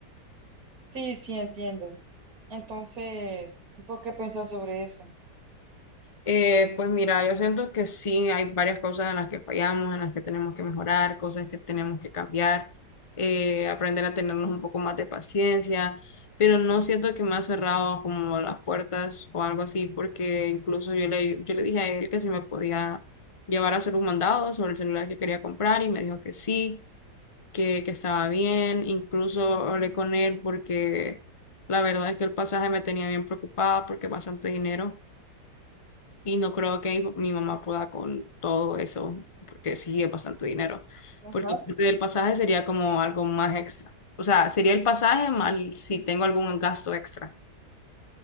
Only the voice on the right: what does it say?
Sí, sí, entiendo. Entonces, ¿vos qué pensás sobre eso?
Ajá.